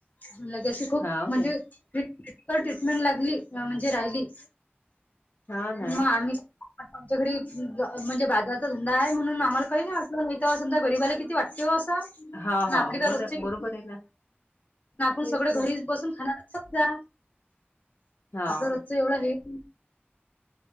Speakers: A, on the left (about 40°); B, on the left (about 75°).
A: म्ह लगे अशी खूप
B: हाव
A: म्हणजे
B: काय
A: ट्रीटमेंट लागली म्हणजे राहिली
B: हाव ना
A: मग आम्ही आता आमच्या घरी म्हणजे बाजारचा धंदा आहे म्हणून आम्हाला काही नाही समजा गरीबाला किती वाटतेव असं
B: हाव हाव
A: आपली काय
B: बर
A: रोजचे
B: बरोबर आहे ना
A: आपण
B: तेच
A: सगळ घरी
B: ना
A: बसून खाणार <inaudible> जा
B: हाव
A: आपलं रस्त एवढं हेल